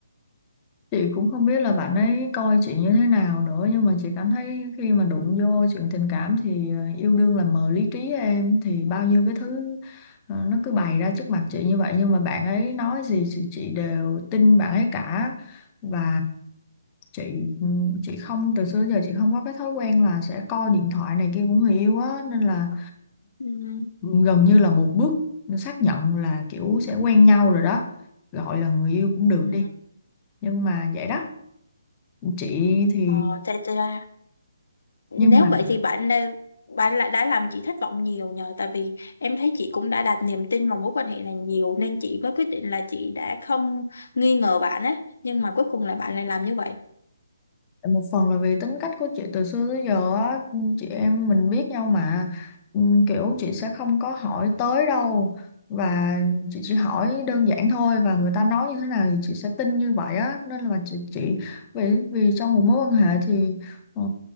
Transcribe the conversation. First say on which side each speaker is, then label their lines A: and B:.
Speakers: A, on the left; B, on the left.
A: chị cũng không biết là bạn ấy coi chị như thế nào nữa nhưng mà chị cảm thấy khi mà đụng vô chuyện tình cảm thì ờ, yêu đương là mờ lý trí em thì bao nhiêu cái thứ ờ, nó cứ bày ra trước mặt chị như vậy nhưng mà bạn ấy nói gì thì chị đều tin bạn ấy cả và chị ừ, chị không từ xưa đến giờ chị không có cái thói quen là sẽ coi điện thoại này kia của người yêu á nên là
B: Ừ.
A: gần như là một bước xác nhận là kiểu sẽ quen nhau rồi đó gọi là người yêu cũng được
B: Ừ.
A: đi nhưng mà vậy đó chị thì
B: Ờ, tại, tại là, nếu
A: nhưng mà
B: vậy thì bạn đã, bạn lại đã làm chị thất vọng nhiều nhờ tại vì em thấy chị cũng đã đặt niềm tin vào mối quan hệ này nhiều nên chị mới quyết định là chị đã không nghi ngờ bạn á nhưng mà cuối cùng là bạn lại làm như vậy
A: một phần là vì tính cách của chị từ xưa tới giờ á chị em mình biết nhau mà Ừ, kiểu chị sẽ không có hỏi tới đâu và chị chỉ hỏi đơn giản thôi và người ta nói như thế nào thì chị sẽ tin như vậy á nên là chị chị vì vì trong một mối quan hệ thì ờ,